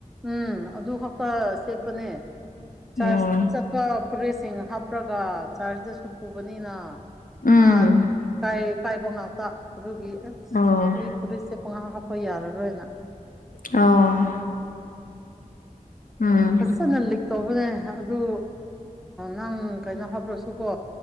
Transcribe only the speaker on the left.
ꯑꯣ
ꯎꯝ
ꯑꯣ
ꯑꯣ ꯎꯝ